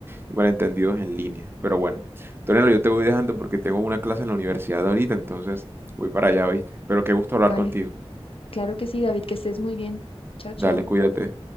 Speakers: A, on the right; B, on the left.
A: malentendidos en línea. Pero bueno, Tonelo, yo te voy dejando porque tengo una clase en la universidad ahorita, entonces voy para allá, ¿oíste? Pero qué gusto hablar
B: Vale.
A: contigo.
B: Claro que sí, David, que estés muy bien. Chao, chao.
A: Dale, cuídate.